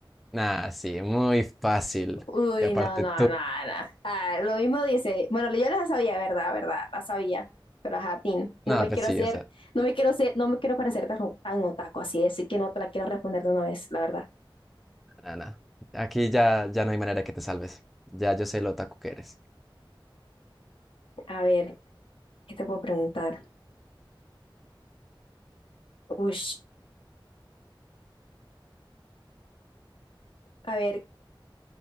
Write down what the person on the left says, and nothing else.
Uy,
no, no,
no, no. Ah, lo mismo dice, bueno, yo la sabía, ¿verdad? ¿Verdad? La sabía. Pero ajá, Tin, no
me
quiero
hacer
no me quiero ser, no me quiero parecer tan, tan otaku así, así que no te la quiero responder de una vez, la verdad.
A ver, ¿qué te puedo preguntar? Uy, a ver,